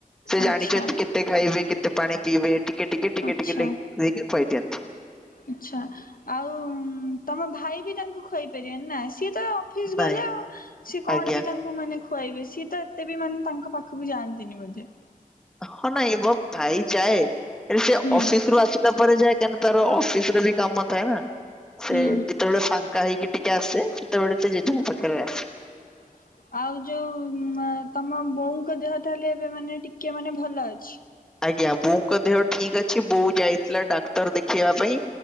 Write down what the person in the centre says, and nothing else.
ସେ ଜାଣିଛନ୍ତି
କେତେ ଖାଇବେ କେତେ ପାଣି ପିଇବେ ଟିକେ ଟିକେ ଟିକେ
ଟିକେ କରିକି ଖୁଆଇ ଦିଅନ୍ତି।
ନାଇଁ
ଆଜ୍ଞା।
ହଁ ନାଇଁ ମୋ ଭାଇ ଯାଏ ସେ
ଅଫିସ ରୁ ଆସିଲା ପରେ ଯାଏ କାଁକି ତ ତ ଅଫିସରେ ବି କାମ ଥାଏ ନା ସେ
ଯେତେବେଳେ ଫାଙ୍କା ହେଇକି ଟି ଟିକେ ଆସେ ସେତେବେଳେ ସେ ଜେଜେ
ଙ୍କ ପାଖରେ ଆସେ।
ଆଜ୍ଞା ବୋଉଙ୍କ ଦେହ ଠିକ ଅଛି ବୋଉ ଯାଇଥିଲା ଡାକ୍ତର ଦେଖେଇବା ପାଇଁ